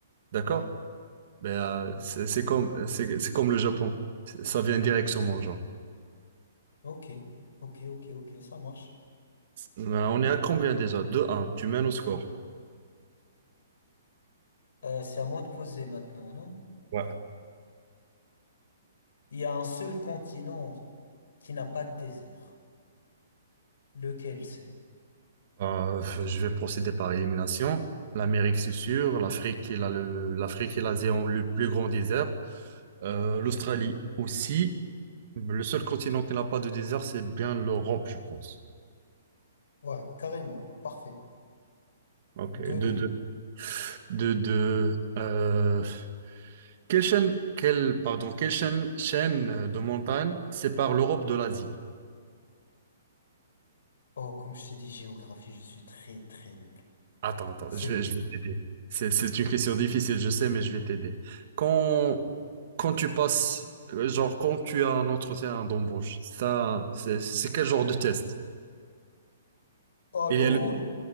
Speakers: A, on the right; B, on the left.
A: d'accord?
B: Ouais.
A: Ben, euh, c'est c'est comme, c'est c'est comme le Japon. C'est- Ça vient directement, genre.
B: Ok, ok, ok, ok, ça marche.
A: Euh, On est à combien déjà? Deux un. tu mènes au score.
B: Euh, c'est à moi de poser maintenant, non?
A: Ouais.
B: Il y a un seul continent qui n'a pas de désert. Lequel c'est?
A: Euh, je vais procéder par élimination. L'Amérique, c'est sûr. L'Afrique et la- le- l'Afrique et l'Asie ont le plus grand désert. Euh, l'Australie aussi. Le seul continent qui n'a pas de désert, c'est bien l'Europe, je pense.
B: Ouais, carrément. Parfait.
A: Ok.
B: deux deux
A: De, de, de, de, euh, quelle chaîne, quelle, pardon, quelle chaîne, chaîne de montagne sépare l'Europe de l'Asie?
B: Oh, comme je t'ai dit, géographie, je suis très très nul.
A: Attends, attends,
B: C'est...
A: je vais, je vais t'aider. C'est, c'est une question difficile, je sais, mais je vais t'aider. Quand, quand tu passes, euh, genre, quand tu as un entretien d'embauche, ça, c'est c'est quel genre de test?
B: Oh, le
A: Il y
B: rôle,
A: a le...